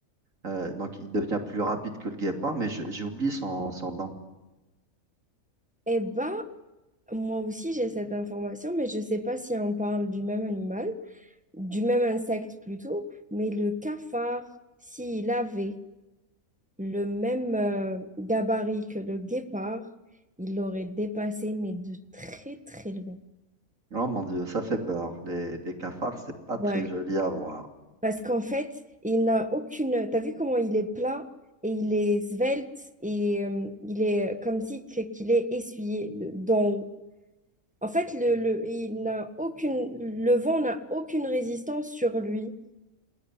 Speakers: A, on the right; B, in the centre.
A: Euh, donc il devient plus rapide que le guépard, mais je- j'ai oublié son, son nom.
B: eh ben, moi aussi, j'ai cette information, mais je sais pas si on parle du même animal. du même insecte plutôt, mais le cafard, s'il avait le même euh, gabarit que le guépard, il l'aurait dépassé, mais de très très loin.
A: Oh mon Dieu, ça fait peur. Les, les cafards, c'est pas
B: Ouais.
A: très joli à voir.
B: Parce qu'en fait, il n'a aucune... T'as vu comment il est plat et il est svelte et euh, il est comme si que- qu'il est essuyé de- d'en haut. En fait, le, le- il n'a aucune... le vent n'a aucune résistance sur lui.